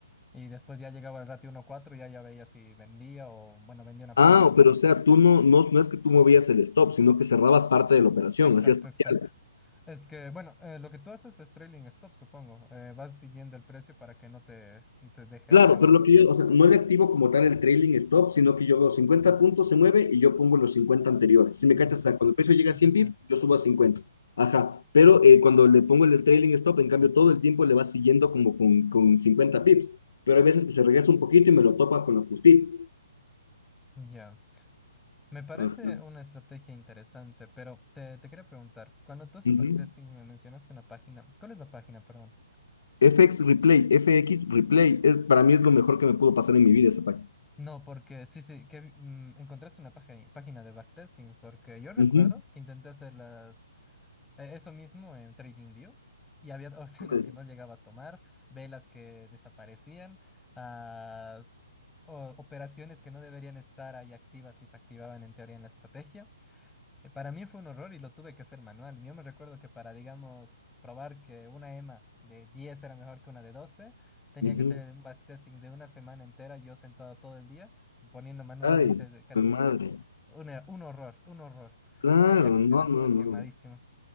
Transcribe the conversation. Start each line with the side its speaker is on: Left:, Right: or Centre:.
Centre: Y después ya llegaba el ratio uno a cuatro ya, ya veía si vendía o, bueno, vendía una parte
Left: Ah,
Centre: también,
Left: pero
Centre: no
Left: o sea, tú no, no, no es que tú movías el stop, sino que cerrabas parte de la operación,
Centre: Exacto,
Left: hacías parciales.
Centre: exacto. Es que, bueno, eh, lo que tú haces es trailing stop, supongo. Eh, vas siguiendo el precio para que no te, no te deje
Left: Claro,
Centre: a- abajo.
Left: pero lo que yo, o sea, no le activo como tal el trailing stop, sino que yo veo cincuenta puntos, se mueve y yo pongo los 50 anteriores. Si me
Centre: Mm,
Left: cachas, o sea, cuando el precio llega
Centre: Sí,
Left: a 100
Centre: sí, sí.
Left: pips, yo subo a 50. Ajá, pero eh, cuando le pongo el trailing stop, en cambio, todo el tiempo le va siguiendo como con, con 50 pips. Pero hay veces que se regresa un poquito y me lo topa con las justitas.
Centre: Ya. Me parece
Left: Ajá.
Centre: una estrategia interesante, pero te, te quería preguntar, cuando tú haces
Left: Ujú.
Centre: backtesting me mencionaste una página. ¿Cuál es la página, perdón?
Left: FX Replay, FX Replay, es, para mí es lo mejor que me pudo
Centre: ok.
Left: pasar en mi vida esa página.
Centre: No, porque sí, sí, que vi- mm, encontraste una página, página de backtestings, porque yo recuerdo
Left: Ujú.
Centre: que intenté hacer las, Eh, Eso mismo en TradingView. Y había <laughs>
Left: Ok.
Centre: órdenes que no llegaba a tomar, velas que desaparecían, ah, s- o- operaciones que no deberían estar ahí activas y se activaban en teoría en la estrategia. Eh, para mí fue un horror y lo tuve que hacer manual. Yo me recuerdo que para, digamos, probar que una EMA de 10 era mejor que una de doce tenía
Left: Ujú.
Centre: que hacer un backtesting de una semana entera, yo sentado todo el día, poniendo manualmente
Left: Ay,
Centre: de cada
Left: qué
Centre: estrategia.
Left: madre.
Centre: Un, er- un horror, un horror.
Left: Claro,
Centre: Y de ahí ya que
Left: no,
Centre: te resultó
Left: no, no.
Centre: quemadísimo.